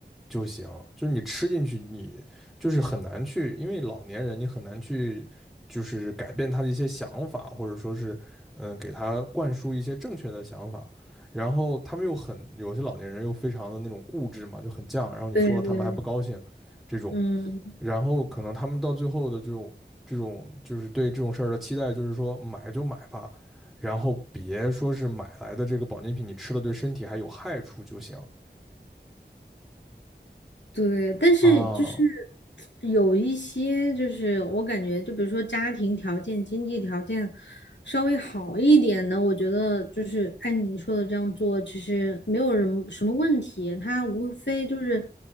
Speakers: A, in the centre; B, on the left.
A: 就行，就是你吃进去，你就是很难去，因为老年人你很难去，就是改变他的一些想法，或者说是，嗯，给他灌输一些正确的想法。然后他们又很，有些老年人又非常的那种固执嘛，就很犟，然后你说了他们还不高兴，
B: 对对，
A: 这种，
B: 嗯。
A: 然后可能他们到最后的这种这种就是对这种事儿的期待，就是说买就买吧，然后别说是买来的这个保健品你吃了对身体还有害处就行
B: 对，但是就是
A: 啊，
B: 有一些，就是我感觉，就比如说家庭条件、经济条件稍微好一点的，我觉得就是按你说的这样做，其实没有人什么问题，他无非就是